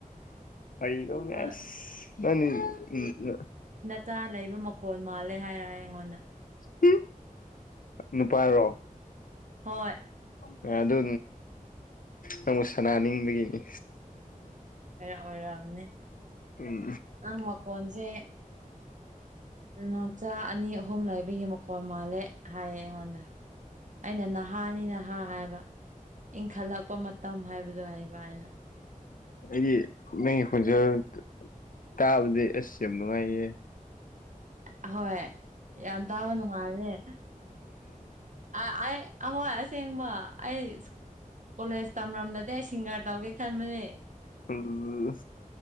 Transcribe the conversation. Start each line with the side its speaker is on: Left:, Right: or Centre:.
Left: ꯐꯩꯗꯧꯅꯦ
Right: ꯍꯣꯏ
Left: ꯑꯁ ꯅꯪꯅꯤ ꯎ
Right: ꯆꯥ ꯂꯩꯕ ꯃꯈꯣꯜ ꯃꯥꯜꯂꯦ ꯍꯥꯌꯦ ꯍꯥꯏꯔꯛꯑꯦ ꯑꯩꯉꯣꯟꯗ
Left: ꯍꯝ ꯅꯨꯄꯥꯔꯣ
Right: ꯍꯣꯏ
Left: ꯍꯣꯏ꫰ꯑꯗꯨ ꯅꯪꯕꯨ ꯁꯅꯥꯅꯤꯡꯕꯒꯤꯅꯤ
Right: ꯀꯔ ꯑꯣꯏꯔꯝꯅꯤ
Left: ꯎꯝ
Right: ꯅꯪ ꯃꯈꯣꯟꯖꯦ ꯅꯣꯆꯥ ꯑꯅꯤ ꯑꯍꯨꯝ ꯂꯩꯕꯒꯤ ꯃꯈꯣꯜ ꯃꯥꯜꯂꯦ ꯍꯥꯏꯌꯦ ꯑꯩꯉꯣꯟꯗ ꯑꯩꯅ ꯅ ꯍꯥꯅꯤꯅ ꯍꯥ ꯍꯥꯏꯕ ꯏꯪꯈꯠꯂꯛꯄ ꯃꯇꯝ ꯍꯥꯏꯕꯗꯣ ꯏꯕꯅꯤꯅꯥ
Left: ꯑꯩꯗꯤ ꯅꯪꯒꯤ ꯈꯣꯟꯖꯦꯜ ꯇꯥꯕꯗꯤ ꯑꯁ ꯌꯥꯝ ꯅꯨꯡꯉꯥꯏꯌꯦ
Right: ꯑ ꯍꯣꯏ ꯌꯥꯝ ꯇꯥꯕ ꯅꯨꯡꯉꯥꯏꯕꯅꯦ ꯑ ꯑꯦ ꯑꯍꯣꯏ ꯑꯁꯦꯡꯕ ꯑꯩꯁ ꯀꯣꯂꯦꯖ ꯇꯝꯔꯝꯗꯗꯤ ꯑꯩ ꯁꯤꯡꯒꯔ ꯇꯧꯒꯦ ꯈꯟꯕꯅꯦ
Left: ꯎꯝ